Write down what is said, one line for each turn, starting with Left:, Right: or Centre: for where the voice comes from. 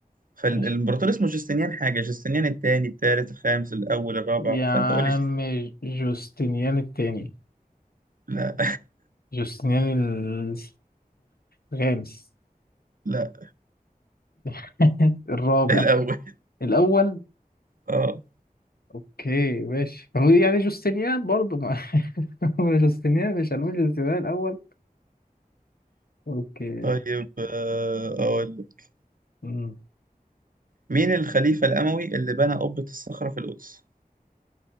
Right: فالإمبراطور
Left: ماشي.
Right: اسمه جوستنيان حاجة جوستنيان الثاني الثالث الخامس الأول الرابع
Left: يا عم
Right: فأنت قول لي جست-
Left: جوستنيان التاني
Right: لا <laughs>
Left: جوستنيان ال- الخامس
Right: لا
Left: <laughs> الرابع
Right: الأول
Left: الأول
Right: اه
Left: أوكي ماشي ما هو يعني جوستنيان برضه ما <laughs> هو جوستنيان مش هنقول جوستنيان الأول أوكي
Right: طيب آه، أقول لك.
Left: أمم.
Right: مين الخليفة الأموي اللي بنى قبة الصخرة في القدس؟